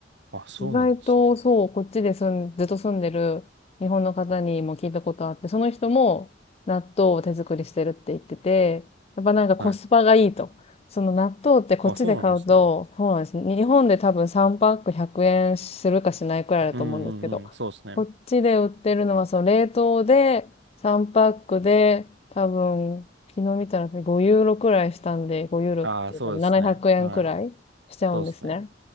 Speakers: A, on the right (about 70°); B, on the left (about 35°).
A: あ、そうなんですね。
B: 意外と、そう、こっちで住ん、ずっと住んでる日本の方にも聞いたことあって、その人も納豆を手作りしてるって言ってて、やっぱなんかコスパがいいと。
A: はい。
B: その納豆ってこっちで買うと、
A: あ、そうなんですね。
B: そうなんですね。日本で多分3パック100円するかしないくらいだと思うんですけど、
A: うんうんうん。そうですね。
B: こっちで売ってるのはその冷凍で3パックで多分昨日見たら5ユーロくらいしたんで、5ユーロって多分700円くえんくらいしちゃうんですね。
A: ああ、そうですね。はい。そうですね。